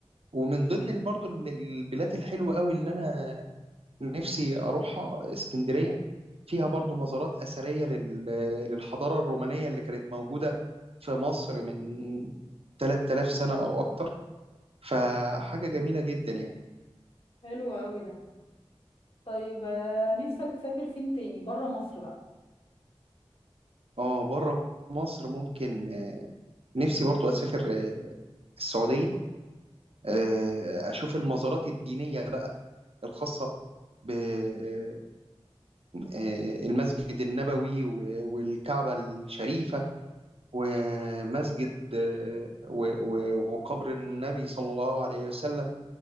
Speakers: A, on the right; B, on the left.
A: ومن ضمن ال- برضو ال- البلاد الحلوة قوي اللي أنا نفسي أروحها اسكندرية فيها برضو مزارات أثرية لل- للحضارة الرومانية اللي كانت موجودة في مصر من 3000 سنة أو أكتر فحاجة جميلة جدا يعني
B: حلو قوي ده طيب آه، نفسك تسافر فين تاني برا مصر بقى
A: اه بره مصر ممكن آه، نفسي برضو أسافر آه، السعودية آه، أشوف المزارات الدينية بقى الخاصة ب- آه، المسجد النبوي و- والكعبة الشريفة ومسجد آه، و- و- وقبر النبي صلى الله عليه وسلم